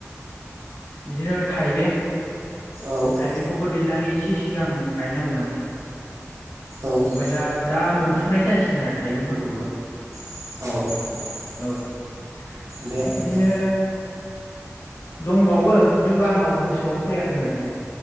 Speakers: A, on the left; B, on the right.
A: बिदिनो थाइबें
B: औ
A: थाइबेंखौबो दैज्लांनि एसे सिगां गायनांगौ माने
B: औ
A: ओफाय दा दा मोनफुनाय जासिगोन आरो थाइबेंफोरखौबो
B: औ
A: औ ओमफ्राय
B: बे आरोना
A: बिदिनो दंबावो खिन्थु आंनाव गोसोआव फैयाखै माने